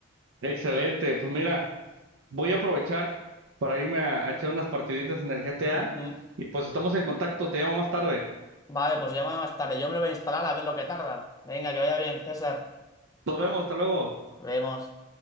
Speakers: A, on the right (about 60°); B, on the left (about 15°).
A: Excelente, pues mira, voy a aprovechar para irme a, a echar unas partiditas en el GTA
B: Ujú.
A: y pues estamos en contacto, te llamo más tarde.
B: Vale, pues llámame más tarde. Yo me lo voy a instalar a ver lo que tarda. Venga, que vaya bien, César.
A: Nos vemos, hasta luego.
B: Nos Vemos.